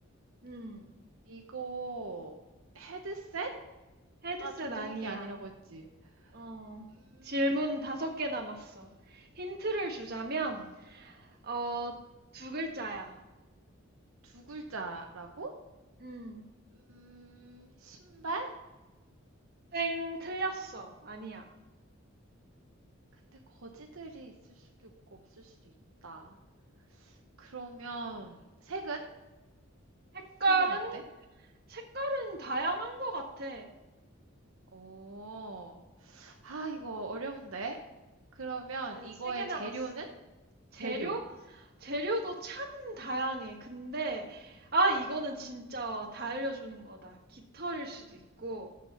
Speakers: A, on the right; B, on the right.
A: 음,
B: 이거 헤드셋?
A: 헤드셋
B: 아, 전자기기
A: 아니야.
B: 아니라고 했지.
A: 어,
B: 음,
A: 질문 다섯 개 남았어. 힌트를 주자면, 어, 두 글자야.
B: 두 글자라고?
A: 음,
B: 음, 신발?
A: 땡, 틀렸어. 아니야.
B: 근데 거지들이 있을 수도 있고 없을 수도 있다. 그러면 색은?
A: 색깔은,
B: 색은 어때?
A: 색깔은 다양한 것 같아.
B: 오, 아, 이거 어려운데? 그러면
A: 이제
B: 이거의
A: 세 개 남았어.
B: 재료는?
A: 재료?
B: 재료.
A: 재료도 참 다양해. 근데 아, 이거는 진짜 다 알려주는 거다. 깃털일 수도 있고,